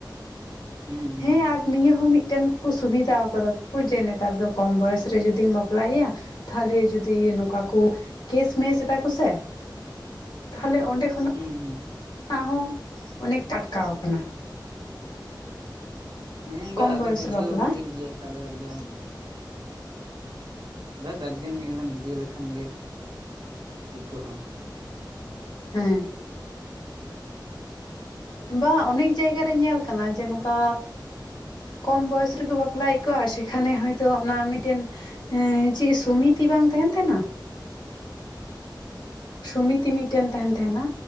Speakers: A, on the right; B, on the left.
A: ᱦᱩᱸ ᱦᱩᱸ
B: ᱦᱮᱸ
A: ᱦᱩᱸ
B: ᱟᱨ ᱱᱤᱭᱟᱹ ᱦᱚᱸ ᱢᱤᱫᱴᱮᱱ ᱠᱚ ᱥᱩᱵᱤᱫᱟᱣ ᱠᱟᱫᱟᱣ ᱠᱚ ᱡᱮ ᱱᱮᱛᱟᱨ ᱫᱚ ᱠᱚᱢ ᱵᱚᱭᱮᱥ ᱨᱮ ᱡᱩᱫᱤᱢ ᱵᱟᱯᱞᱟᱭᱭᱟ ᱛᱟᱦᱚᱞᱮ ᱡᱚᱫᱤ ᱱᱚᱝᱠᱟ ᱠᱚ ᱠᱮᱥᱢᱮᱥ ᱮᱫᱟ ᱠᱚ ᱥᱮ, ᱛᱟᱦᱚᱞᱮ ᱚᱸᱰᱮ ᱠᱷᱚᱱ
A: ᱦᱩᱸ ᱦᱩᱸ᱾
B: ᱱᱟ ᱦᱚᱸ ᱚᱱᱮᱠ ᱴᱟᱴᱠᱟᱣ ᱠᱟᱱᱟ ᱾
A: ᱦᱮᱸ <unintelligible>
B: ᱠᱚᱢ
A: ᱟᱫᱚ
B: ᱵᱚᱭᱚᱥ
A: ᱵᱩᱡᱷᱟᱹᱣ
B: ᱨᱮ ᱵᱟᱯᱞᱟ
A: ᱦᱚᱸ ᱴᱷᱤᱠ ᱜᱮᱭᱟ ᱛᱟᱦᱚᱞᱮ ᱵᱟ ᱜᱟᱨᱡᱮᱱ ᱢᱤᱫ ᱦᱚᱲᱮᱢ ᱵᱩᱡᱷᱟᱹᱣ ᱞᱮᱠᱷᱟᱱ ᱜᱮ, ᱴᱷᱤᱠᱚᱜᱼᱟ᱾
B: ᱦᱮᱸ᱾ ᱵᱟᱝ ᱚᱱᱮᱠ ᱡᱟᱭᱜᱟ ᱨᱮ ᱧᱮᱞ ᱠᱟᱱᱟ ᱡᱮ ᱱᱚᱝᱠᱟ ᱠᱚᱢ ᱵᱚᱭᱚᱥ ᱨᱮᱠᱚ ᱵᱟᱯᱞᱟᱭᱮᱫ ᱠᱚᱣᱟ ᱟᱨ ᱥᱮᱠᱷᱟᱱᱮ ᱦᱚᱭᱛᱚ ᱚᱱᱟ ᱢᱤᱫᱴᱮᱱ ᱮᱸ ᱪᱮᱫ ᱥᱩᱢᱤ ᱛᱤ ᱵᱟᱝ ᱛᱟᱦᱮᱸᱱ ᱛᱟᱦᱮᱸᱱᱟ, ᱥᱚᱢᱤᱛᱤ ᱢᱤᱫᱴᱮᱱ ᱛᱟᱦᱮᱸᱱ ᱛᱟᱦᱮᱸᱱᱟ,